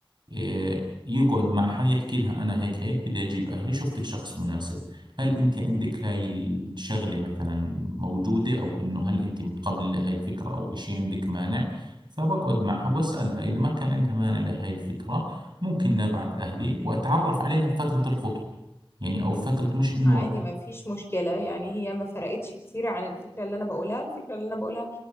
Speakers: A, on the right; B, on the left.
A: آه، يقعد معها يحكي لها أنا هيك هيك بدي أجيب أهلي شفتك شخص مناسب هل أنت عندك هاي الشغلة مثلا موجودة أو إنه هل أنت متقبلة لهاي الفكرة أو إشي عندك مانع فبقعد معها وأسألها إذا ما كان عندها مانع لهاي الفكرة ممكن نبعث أهلي وأتعرف عليها بفترة الخطوة يعني أو فترة مش إنه
B: عادي
A: أكون
B: ما فيش مشكلة يعني هي ما فرقتش كتير عن الفكرة اللي انا بقولها الفكرة اللي انا بقولها